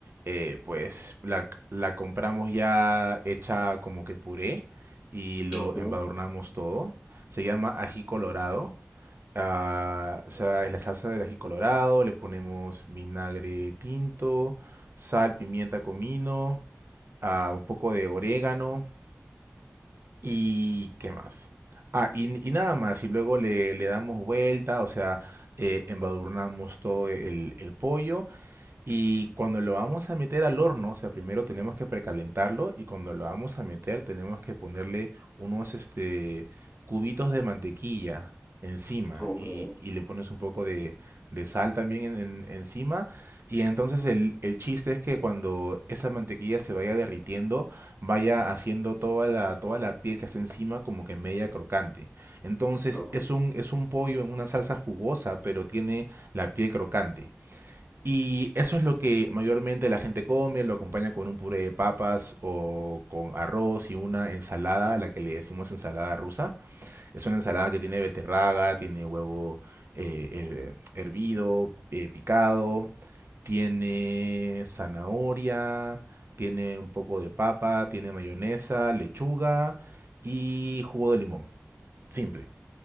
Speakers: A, on the right (about 55°); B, in the centre.
A: eh, pues la, la compramos ya hecha como que puré y lo
B: Okay,
A: embadurnamos todo. Se llama ají colorado. Ah, o sea, es la salsa del ají colorado, le ponemos vinagre tinto, sal, pimienta, comino, ah, un poco de orégano y ¿qué más? Ah, y, y nada más, y luego le, le damos vuelta, o sea, eh, embadurnamos todo el, el pollo y cuando lo vamos a meter al horno, o sea, primero tenemos que precalentarlo y cuando lo vamos a meter tenemos que ponerle unos este, cubitos de mantequilla encima
B: okay,
A: y, y le pones un poco de, de sal también en- en- encima. Y entonces el, el chiste es que cuando esa mantequilla se vaya derritiendo, vaya haciendo toda la, toda la piel que está encima como que media crocante. Entonces
B: okay.
A: es un, es un pollo en una salsa jugosa, pero tiene la piel crocante. Y eso es lo que mayormente la gente come, lo acompaña con un puré de papas o con arroz y una ensalada, la que le decimos ensalada rusa. Es una ensalada que tiene beterraga, tiene huevo eh, her- hervido, eh, picado, tiene zanahoria, tiene un poco de papa, tiene mayonesa, lechuga y jugo de limón. Simple.